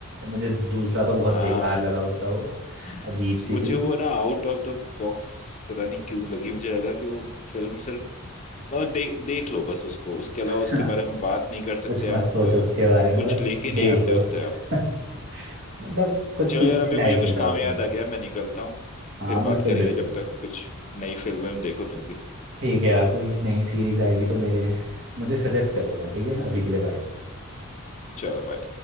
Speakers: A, on the right (about 60°); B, on the left (about 35°).
A: मुझे दूसरा तो बहुत
B: हाँ
A: बेकार लगा उसका वो
B: <laughs>
A: अजीब सी
B: मुझे
A: थी
B: वो ना आउट ऑफ द बॉक्स पता नहीं क्यों लगी मुझे लगा कि वो फिल्म सिर्फ मतलब दे, देख लो बस उसको उसके अलावा
A: <laughs>
B: उसके बारे में बात नहीं कर
A: कुछ
B: सकते
A: मत
B: आप
A: सोचो
B: अ,
A: उसके बारे में
B: कुछ
A: बस
B: लेके नहीं
A: देख
B: आते
A: दो
B: उससे
A: <laughs>
B: आप
A: मतलब कुछ
B: चलो
A: सीखने
B: यार अभी मुझे
A: लायक
B: कुछ
A: नहीं था
B: काम
A: उसमें
B: याद आ गया मैं निकलता हूँ
A: हाँ
B: फिर
A: बिल्कुल
B: बात करेंगे
A: बिल्कुल
B: जब तक कुछ नई फिल्म देखो तुम भी
A: ठीक है यार कोई नई सीरीज आएगी तो मेरे मुझे सजेस्ट कर देना ठीक है अभी के लिए बाय
B: चलो बाय